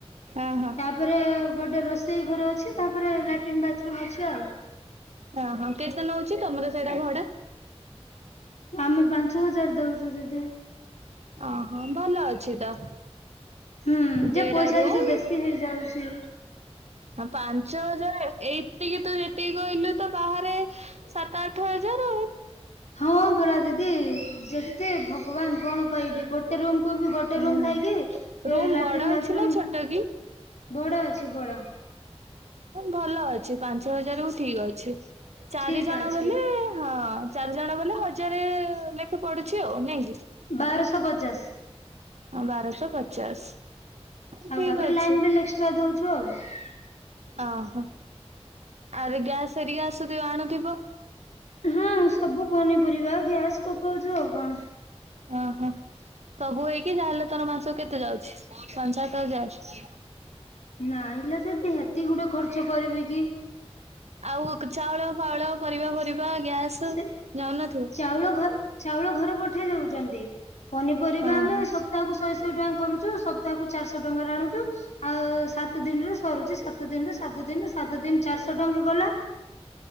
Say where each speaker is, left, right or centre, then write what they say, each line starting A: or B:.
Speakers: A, on the right (about 75°); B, on the left (about 85°).
A: ଓହୋ।
B: ତାପରେ ଗୋଟେ ରୋଷେ ଇ ଘର ଅଛି ତାପରେ ଲାଟ୍ରିନ୍ ବାଥରୁମ୍ ଅଛି ଆଉ।
A: ଓହୋ କେତେ ନଉଛି ତମର ସେଇଟା ଭଡା?
B: ଆମେ ପାଞ୍ଚ ହଜାର ଦଉଛୁ ଦିଦି।
A: ଓହୋ ଭଲ ଅଛି ତ।
B: ହୁଁ
A: ଦିଟା
B: ଯେ ପଇସା
A: ରୁମ୍
B: ଟିକେ ବେଶୀ ହେଇଯାଉଛି।
A: ପାଞ୍ଚ ହଜାର ଏତିକି ତୁ ଯେତିକି କହିଲୁ ତ ବାହାରେ ସାତ ଆଠ ହଜାର ଆଉ।
B: ହଁ। ପରା ଦିଦି ଯେତେ ଭଗବାନ କଣ କହିବି ଗୋଟେ ଗୋଟେ ରୁ
A: ହୁଁ।
B: ଥାଇକ
A: ରୁମ୍
B: ଲାଟ୍ରିନ୍
A: ବଡ
B: ବାଥରୁମ
A: ଅଛି ନା ଛୋଟ କି
B: ବଡ଼ ଅଛି ବଡ଼।
A: ଭଲ ପାଞ୍ଚ ହଜାର କୁ ଠିକ ଅଛି। ଚାରି
B: ଠିକ
A: ଜଣ
B: ଅଛି
A: ବୋଲି ହଁ ଚାରିଜଣ ବୋଲେ ହଜାର ଲେଖା ପଡୁଛି ଆଉ ନାଇଁକି?
B: ବାରଶହ ପଚାଶ।
A: ହଁ ବାରଶହ ପଚାଶ। ଠିକ
B: ଆଉ ତାପରେ
A: ଅଛି
B: ଲାଇନ ବିଲ୍ ଏକ୍ସଟ୍ରା ଦଉଛୁ ଆଉ। <inaudible>
A: ଓହୋ। ଆରେ ଗ୍ୟାସରିକା ଆଣୁଥିବ?
B: ହୁଁ ସବୁ ପନିପରିବା ଗ୍ୟାସ ପକଉଛୁ ଆଉ କଣ?
A: ଓହୋ ସବୁ ହେଇକି ଯାହାହେଲେ ତୋର ମାସ କେତେ ଯାଉଛି ପାଞ୍ଚ ସାତ ହଜାର?
B: ନାହିଁଲେ ଦିଦି ଏତେ ଗୋଟେ ଖର୍ଚ୍ଚ କରିବି କି?
A: ଆଉ ଚାଉଳ ଫାଉଳ ପରିବା ଫରିବା ଗ୍ୟାସ୍
B: ସେ
A: ଯାଉନଥିବ।
B: ଚାଉଳ ଘ ଚାଉଳ ଘର ପଠେଇ ଦଉ ପନିପରିବା
A: ଓହୋ
B: ଆମେ
A: ହୁଁ
B: ସପ୍ତାହକୁ ଶହେ ଏତେ ଟଙ୍କା କରୁଛୁ। ସବୁ ତାହାକୁ ଚାରିଶହ ଟଙ୍କାରେ ଆଣୁଛୁ। ଆଉ ସା ସାତ ଦିନରୁ ସରୁଛି ସାତ ଦିନରୁ ସାତ ଦିନ ସାତ ଦିନ ଚାରିଶହ ଟଙ୍କା ଗଲା।